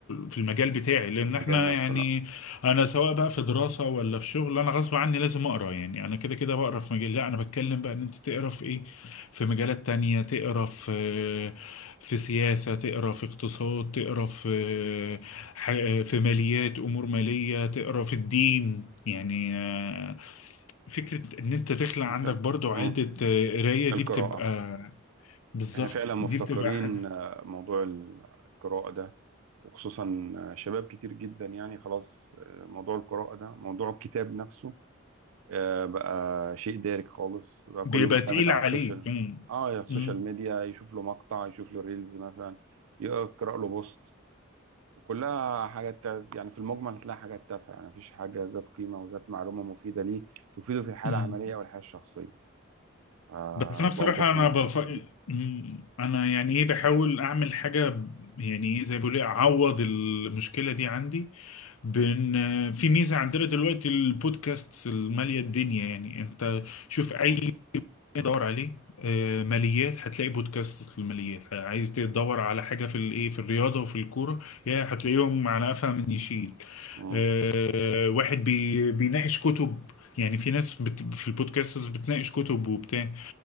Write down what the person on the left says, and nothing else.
في المجال بتاعي لان
احنا
يعني
انا
سواء بقى في دراسه ولا في شغل انا غصب عني لازم اقرا يعني انا كده كده بقرا في مجال لا انا بتكلم بقى ان انت تقرا في ايه في مجالات تانية تقرا في في سياسه تقرا في اقتصاد تقرا في ح- في ماليات امور ماليه تقرا في الدين يعني آه، فكرة إن أنت تخلق عندك
برضو
عادة آه، قراية دي
بتبقى بالظبط
دي بتبقى حاجة
بيبقى
تقيل
عليك
مم.
مم.
مم.
بس أنا بصراحة
أنا بف...
مم. أنا يعني إيه بحاول أعمل حاجة ب- يعني إيه زي ما بيقولوا إيه، أعوض المشكلة دي عندي بإن آه، في ميزة عندنا دلوقتي البودكاست المالية الدنيا يعني أنت شوف أي
دور عليه آه، ماليات هتلاقي بودكاست للماليات عايز تدور على حاجه في الايه في الرياضه وفي الكوره يا هتلاقيهم على قفا من يشيل
آه، واحد بي بيناقش كتب يعني في ناس بت في البودكاستس بتناقش كتب وبتاع